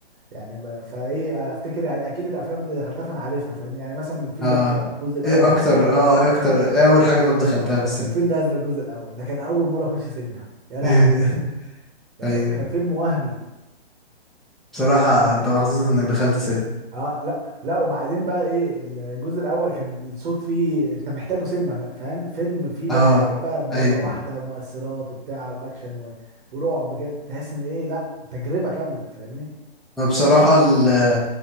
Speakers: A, on the right; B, in the centre.
A: يعني ب... فايه افتكر يعني اكيد الافلام اللي دخلتها فانا عارفها فاهم يعني مثلا الفيل
B: اه
A: الازرق الجزء الاول
B: ايه
A: والثاني
B: اكتر اه ايه اكتر ايه اول حاجة طب دخلتها
A: اه
B: في السينما
A: الفيل الازرق الجزء الاول ده كان اول مره اخش سينما يا لهوي
B: <laughs>
A: ده
B: ايوه
A: ف- كان فيلم وهمي
B: بصراحة انت محظوظ انك دخلت سينما
A: اه لا لا وبعدين بقى ايه الجزء الاول كان الصوت فيه انت محتاجه سينما فا- فاهم فيلم فيه بقى
B: اه
A: حاجات بقى مره
B: ايوه
A: واحده ومؤثرات وبتاع واكشن و... ورعب كده تحس ان ايه لا تجربه كامله فاهمني
B: ما بصراحة ال-